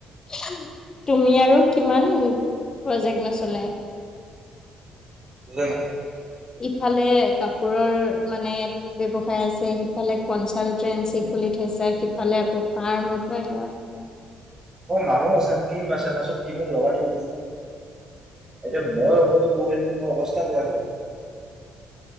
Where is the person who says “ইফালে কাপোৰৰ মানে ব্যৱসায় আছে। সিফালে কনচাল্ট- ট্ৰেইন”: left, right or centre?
Left